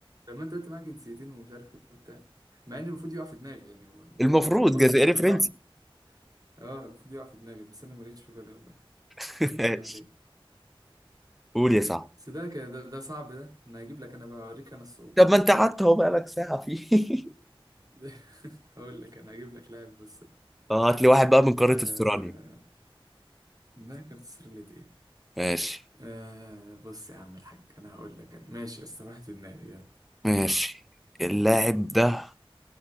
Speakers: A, on the right; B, in the centre.
A: لما انت قلت معاه جنسيتين ومش عارف ايه وبتاع مع ان المفروض يقع في دماغي يعني هو الموضوع
B: المفروض
A: المنطق
B: جزائري
A: ان هو
B: فرنسي
A: يقع اه المفروض يقع في دماغي بس انا ما جاتش في بالي والله
B: <laughs>
A: يلا
B: ماشي
A: ما عليه
B: قول يا صاحبي
A: بس ده كان ده, ده صعب ده انا هجيب لك انا بقى اوريك انا الصعوبة
B: طب ما انت قعدت اهو بقالك ساعة فيه
A: <laughs> هقول لك انا هجيب لك لاعب بص
B: <laughs> اه هات لي واحد بقى من قارة
A: آه
B: استراليا
A: انها كانت سرلت ايه
B: ماشي
A: آه بص يا عم الحاج انا هقول لك انا ماشي يا اسطى واحد في دماغي يلا
B: ماشي اللاعب ده